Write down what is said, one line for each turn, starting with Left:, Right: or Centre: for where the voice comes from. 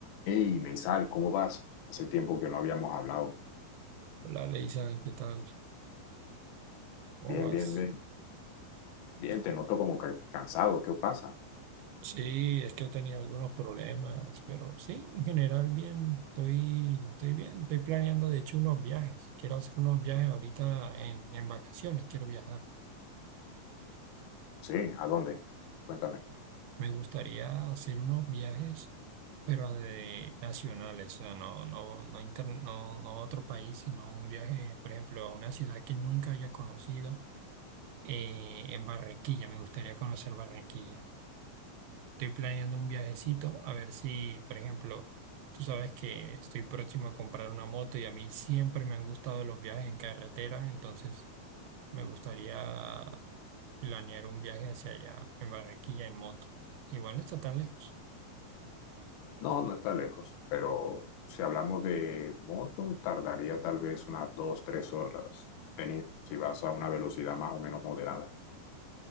Left: Hey, Meisal, ¿cómo vas? Hace tiempo que no habíamos hablado.
Right: Hola, Leisan, ¿qué tal? ¿Cómo
Left: Bien,
Right: vas?
Left: bien, bien. Bien, te noto como que cansado. ¿Qué pasa?
Right: Sí, es que he tenido algunos problemas, pero sí, en general bien, estoy, estoy bien, estoy planeando de hecho unos viajes. Quiero hacer unos viajes ahorita en, en vacaciones, quiero viajar.
Left: Sí, ¿a dónde? Cuéntame.
Right: Me gustaría hacer unos viajes, pero de nacionales, o sea, no, no, no, inter- no, no a otro país, sino un viaje, por ejemplo, a una ciudad que nunca haya conocido, eh, en Barranquilla, me gustaría conocer Barranquilla. Estoy planeando un viajecito, a ver si, por ejemplo, tú sabes que estoy próximo a comprar una moto y a mí siempre me han gustado los viajes en carretera, entonces me gustaría planear un viaje hacia allá, en Barranquilla, en moto. Igual no está tan lejos.
Left: No, no está lejos, pero si hablamos de moto, tardaría tal vez unas dos, tres horas venir, si vas a una velocidad más o menos moderada.